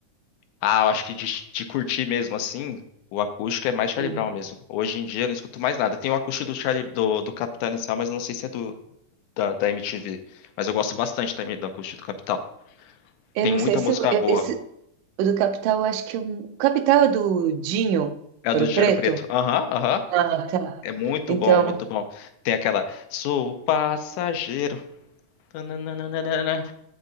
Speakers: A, on the left; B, on the right.
A: ah, eu acho que de, de curtir mesmo assim, o acústico é mais Charlie
B: Hum.
A: Brown mesmo. Hoje em dia eu não escuto mais nada. Tem o acústico do Charlie, do, do Capital Inicial, mas eu não sei se é do, da, da MTV. Mas eu gosto bastante também do acústico do Capital.
B: Eu
A: Tem
B: não
A: muita
B: sei se
A: música
B: eh,
A: boa.
B: esse o do Capital, eu acho que eu- o Capital é do Dinho,
A: É a do
B: Ouro
A: Dinheiro
B: Preto?
A: Preto. Aham, aham.
B: Ah, tá.
A: É muito
B: Então,
A: bom, muito bom. Tem aquela. Sou o passageiro. Tananana,